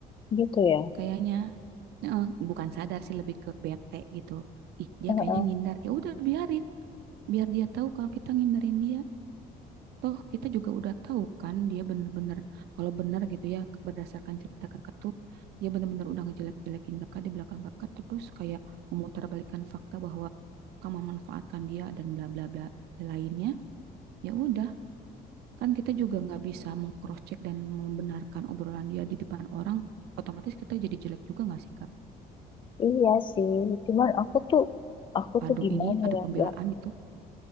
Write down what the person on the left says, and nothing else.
Gitu ya.
Heeh.
Iya sih, cuman aku tuh, aku tuh
gimana
ya
nggak?